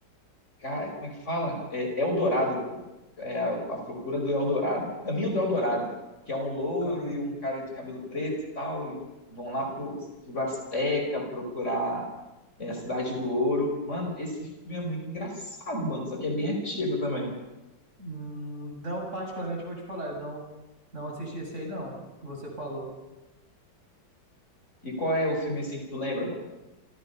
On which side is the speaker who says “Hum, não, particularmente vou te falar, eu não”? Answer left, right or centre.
Right